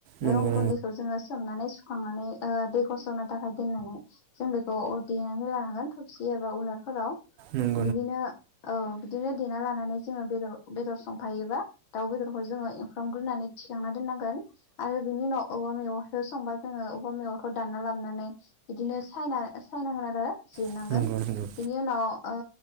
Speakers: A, on the right; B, on the left.
A: नंगौ
B: बे उन गुन्दैखौ जोङो सोमनानै सु सुखांनानै दै ओ गस'नो थाखाय दोननानै जों बेखौ देनानै लानांगोन थबसि एबा उलारफोराव
A: उम
B: बिदिनो औ बिदिनो देना लानानै जोङो बेदर बेदर संफायोबा दाउ बेदरखौ जोङो एवफ्रामग्रोनानै थिखांना दोननांगोन आरो बिनि उनाव अबा मेगनखौ संबा जोङो अबेबा मेगनखौ दानना लाबोनानै बिदिनो सायना सायनांगोन आरो जिरनांगोन
A: नंगौ नंगौ नंगौ
B: बिनि उनाव ओ